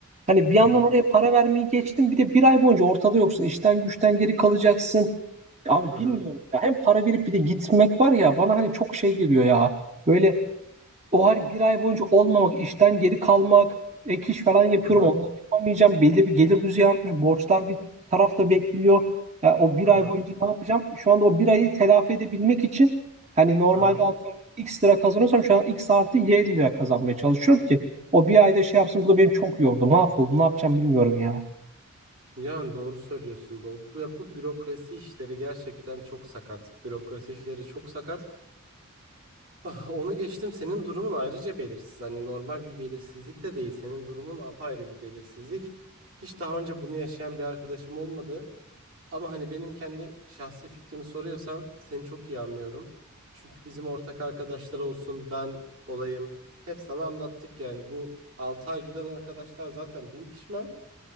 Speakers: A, on the right; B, on the right.
A: Hani bir yandan
B: Hı hı.
A: oraya para vermeyi geçtim. Bir de bir ay boyunca ortada yoksun. İşten güçten geri kalacaksın. Abi
B: Hı hı.
A: bilmiyorum ya. Hem para verip bir de gitmek var ya bana hani çok şey geliyor ya. Böyle o hani bir ay boyunca olmamak, işten geri kalmak, ek iş falan yapıyorum
B: Hı hı.
A: onları yapamayacağım. Belli bir gelir düzeyi artmış, borçlar bir tarafta bekliyor. Ya o bir
B: Hı
A: ay
B: hı.
A: boyunca ne yapacağım? Şu anda o bir ayı telafi edebilmek için hani normalde
B: Hı hı.
A: atıyorum X lira kazanıyorsam şu an X artı Y lira kazanmaya çalışıyorum ki o bir ayda şey yapsın bu da beni çok yordu. Mahvoldum ne yapacağım bilmiyorum ya.
B: Yani doğru söylüyorsun. Doğru. Bu, ya bu bürokrasi işleri gerçekten çok sakat. Bürokrasi işleri çok sakat. <laughs> Ah, onu geçtim. Senin durumun ayrıca belirsiz. Hani normal bir belirsizlik de değil. Senin durumun apayrı bir belirsizlik. Hiç daha önce bunu yaşayan bir arkadaşım olmadı. Ama hani benim kendi şahsi fikrimi soruyorsan seni çok iyi anlıyorum. Çünkü bizim ortak arkadaşlar olsun ben olayım. Hep sana anlattık yani bu 6 ay giden arkadaşlar zaten bin pişman.